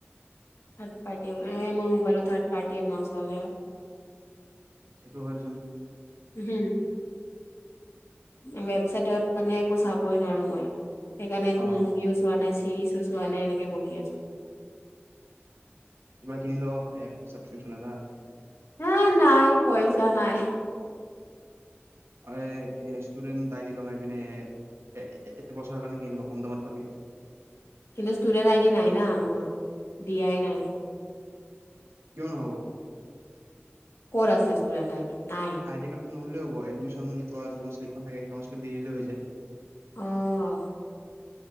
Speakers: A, on the left; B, on the right.
A: থাৰড পাৰ্টি আ এ মোৰ মোবাইল থাৰড পাৰ্টি আ নচলে
B: সেইটো হয়চোন
A: উম উম চটত মানে একো চাবই নোৱাৰো মই সেইকাৰণে একো
B: অ
A: মুৰ্গীও চোৱা নাছিল ৰিলছো চোৱা নাই এনেকে বহি আছো।
B: কিবা কিনি ল এ ছাব্ক্ৰিপ্যন পৰা।
A: হা নাই পইচা নাই।
B: অ এ ষ্টুডেন্ট আইদি লগাই পিনে এ এবছৰ কাৰণে কিন লো কম দামত পাবি।
A: কিন্তুু ষ্টুডেন্ট আইডি নাই না মোৰ দ আই নাই
B: কিয় নহব?
A: ক'ৰত আছেষ্টুডণ্ট‌ আইডি? নাই
B: আই দি কাৰ্ড খন নহলেও হ'ব এডমিশন লোৱা যোনখন শ্লিপখন থাকে সেইখন শ্লিপ দি দিলেই হৈ যায়।
A: অহ।